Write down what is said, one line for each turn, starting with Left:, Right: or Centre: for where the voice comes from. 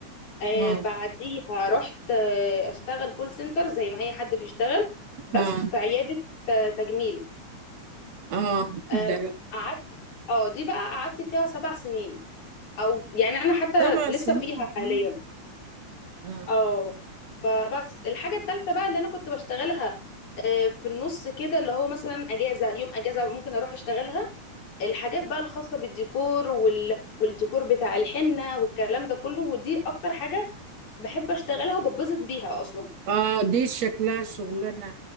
Left: آه
Right: اه,
Left: بعديها رحت آه أشتغل كول سنتر زي ما أي حد بيشتغل بس
Right: آه.
Left: في عيادة آه تجميل
Right: اه
Left: آه
Right: ده
Left: قعدت اه دي بقى قعدت فيها سبع سنين أو يعني أنا حتى
Right: سبع
Left: لسه
Right: سنين
Left: فيها حاليا
Right: اه اه
Left: اه فبس الحاجة التالتة بقى اللي أنا كنت بشتغلها آه، في النص كده اللي هو مثلا اجازه يوم اجازه ممكن اروح اشتغلها الحاجات بقى الخاصة بالديكور وال... والديكور بتاع الحنة والكلام ده كله ودي اكتر حاجة بحب اشتغلها وببسط بيها اصلا
Right: اه دي شكلها شغلانة